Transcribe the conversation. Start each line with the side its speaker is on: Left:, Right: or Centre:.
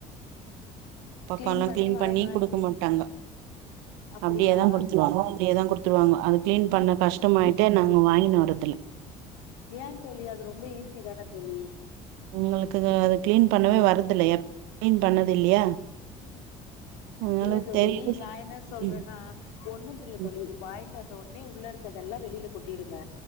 Right: பக்கோல்லா
Left: கிளீன்
Right: க்ளீன்
Left: வாங்கினு
Right: பண்ணி
Left: வந்
Right: குடுக்க மாட்டாங்க
Left: அப்டியா
Right: அப்டியேதா குடுத்துருவாங்கோ அப்டியேதா குடுத் குத்துருவாங்கோ அது க்ளீன் பண்ண கஷ்டமாயிட்டே நாங்க வாங்கினு வரதுல்ல
Left: ஏ தோழி அது ரொம்ப ஈஸி தான தோழி
Right: உங்ளுக்கு அது கிளீன் பண்ணவே வரதில்ல எப் <inaudible> க்ளீன் பண்ணது இல்லையா அதனால
Left: இல்ல தோழி
Right: தெரியல
Left: நா என்ன சொல்றேன்னா
Right: ம்
Left: ஒன்னுத்துல
Right: ம்
Left: தோழி வாங்கிட்டு வந்த உட்னே உள்ள இருக்கதெல்லா வெளில கொட்டிடுங்க